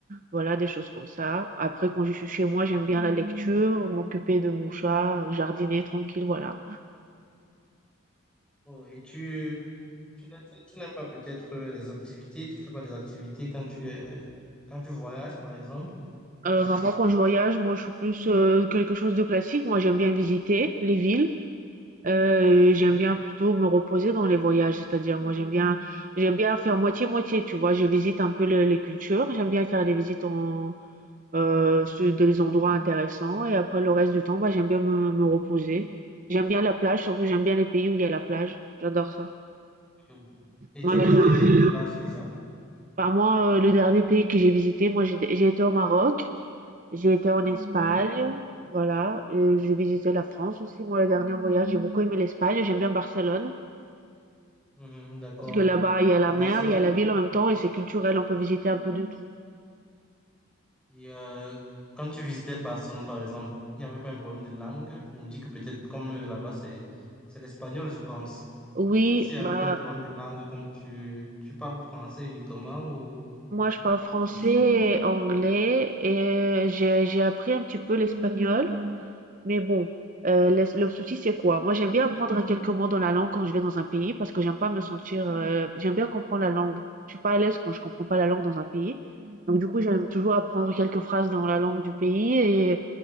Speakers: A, on the right; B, in the centre.
A: Voilà, des choses comme ça. Après, quand je suis chez moi, j'aime bien la lecture, m'occuper de mon chat, jardiner tranquille, voilà.
B: Oh, et tu, tu, n'aimes tu- tu n'aimes pas peut-être euh, les activités, tu ne fais pas des activités quand tu es, quand tu voyages, par exemple?
A: Euh, vraiment, quand je voyage, moi, je suis plus euh, quelque chose de classique. Moi, j'aime bien visiter les villes. Euh, j'aime
B: Oui.
A: bien plutôt me reposer dans les voyages, c'est-à-dire moi j'aime bien j'aime bien faire moitié-moitié, tu vois, je visite un peu le- les cultures, j'aime bien faire des visites en euh, sur des endroits intéressants et après le reste du temps, bah j'aime bien me, me reposer. J'aime bien la plage, surtout j'aime bien les pays où il y a la plage, j'adore ça.
B: Mhm. Et
A: Moi,
B: tu as
A: la-
B: visité
A: plage.
B: quelle plage déjà?
A: Bah, moi, heu, le dernier pays que j'ai visité, moi, j'ai dé j'ai été au Maroc, j'ai été en Mmh. Espagne,
B: Oui.
A: voilà, heu, j'ai visité la France aussi. Moi, le dernier voyage, j'ai beaucoup aimé l'Espagne, j'aime bien Barcelone
B: Mhm, d'accord.
A: parce que là-bas, il y a la
B: À
A: mer,
B: Barcelone,
A: il y a la ville en même temps et c'est culturel, on peut visiter un peu de tout.
B: Et euh, quand tu visitais Barcelone, par exemple, il n'y avait pas un problème de langue. Je me dis que peut-être comme euh, là-bas, c'est c'est l'espagnol, je pense.
A: Oui,
B: Est-ce qu'il n'y avait
A: bah
B: pas un problème de langue comme tu, tu parles français uniquement ou
A: Moi, je parle français,
B: autre chose?
A: et anglais et euh, j'ai j'ai appris un petit peu l'espagnol. Mais bon, euh, le, le souci, c'est quoi? Moi, j'aime bien apprendre à quelques mots dans la langue quand je vais dans un pays parce que j'aime pas me sentir. euh, j'aime bien comprendre la langue. Je suis pas à l'aise quand je comprends pas la langue dans un pays. Donc, du coup, j'aime toujours apprendre quelques phrases dans la langue du pays. Et...